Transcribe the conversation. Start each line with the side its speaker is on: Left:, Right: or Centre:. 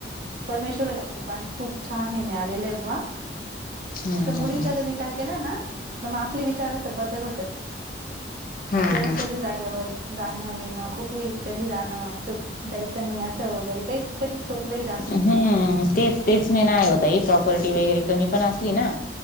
Right: परमेश्वराच्या कृपाने खूपं छान! हे मिळालेलं आहें बुवा.
Left: हम्म
Right: असं मुलींचा
Left: हम्म
Right: जर् विचार केला नां <inaudible> तर् मग आपले विचार असं बदल होतात.
Left: हम्म
Right: आपल्याला सर्री जाग्या वर्षे. नाही नां कुठे जाणं, येणं, कुठे, कधी, जाणं असं जायचं नाही असं वगैरे काहीचं. कधी <inaudible> तोकलाही जां
Left: हं तेच- तेचं मेन आहे, हों ताई प्रॉपर्टी वगैरे कमी पणं असली नां